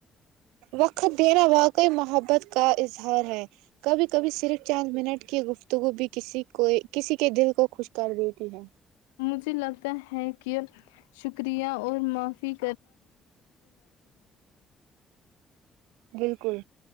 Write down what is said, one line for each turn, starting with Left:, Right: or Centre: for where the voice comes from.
Right: وقت نا واقع محبت کا اظہار ہے کبھی کبھی صرف چار منٹ کی گفتگو بھی کسی کو کسی کے دل کو خوش کر دیتی ہے
Left: مجھے لگتا ہے کہ شکریہ اور معاف <inaudible>
Right: بالکل